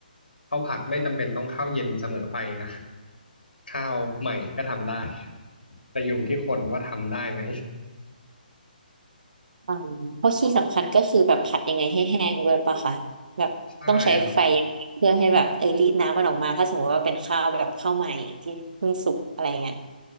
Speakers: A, on the left; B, on the right.
A: ข้าวผัดไม่จำเป็นต้องข้าวเย็นเสมอไปนะข้าวใหม่ก็ทำได้แต่อยู่ที่คนว่าทำได้ไหม
B: อ่าเพราะที่สำคัญก็คือแบบผัดยังไงให้แห้งด้วยปะคะแบบต้องใช้ไฟ
A: ใช่ครับ
B: เพื่อให้แบบเออรีดน้ำมันออกมาถ้าสมมติว่าเป็นข้าวแบบข้าวใหม่ที่เพิ่งสุกอะไรเงี้ย